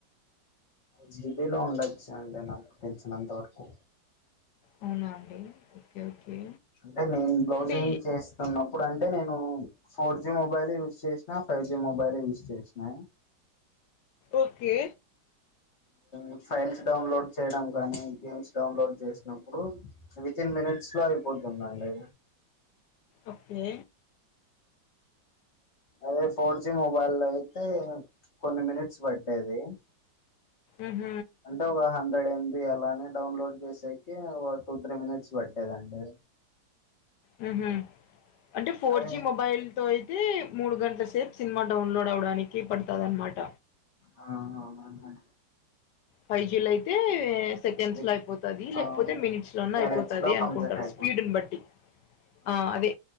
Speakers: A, on the left; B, on the left.
A: జీబీలో ఉండొచ్చు అంటే నాకు తెలిసినంత వరకు.
B: అవునా అండి ఓకే ఓకే.
A: అంటే నేను బ్లౌజింగ్
B: అంటే
A: చేస్ న్నప్పుడు అంటే నేను ఫోర్ జి మొబైలు యూజ్ చేశినా, ఫైవ్ జి మొబైలు యూజ్ చేశినా
B: ఓకే
A: ఉ ఫైల్స్ డౌన్లోడ్ చేయడం గానీ గేమ్స్ డౌన్లోడ్ చేసినప్పుడు వితిన్ మినిట్స్ లో అయిపోతున్నాయండి.
B: ఓకే
A: అదే ఫోర్ జి మొబైల్లో అయితే కొన్ని మినెట్స్ పట్టేది.
B: ఉహ్
A: అంటే ఒక హండ్రెడ్ ఎం బి అలానే డౌన్లోడ్ చేసేకి ఒక టూ త్రీ మినిట్స్ పెట్టేద అండి
B: హ్మ్ హు అంటే ఫోర్
A: అదే
B: జి మొబైల్ తో అయితే మూడు గంటల సేపు సినిమా డౌన్లోడ్ అవడానికి పడుతది అనమాట
A: ఆ అవునండి
B: ఫైవ్ జీ లో అయితే సెకండ్స్
A: విత్
B: లో అయిపోతది లేకపోతే
A: ఆ
B: మినిట్స్ లోన్నా
A: మినిట్స్
B: అయిపోతది
A: లో కంప్లీట్
B: అనుకుంటారు
A: అయిపోతుంది
B: స్పీడును బట్టి ఆ అదే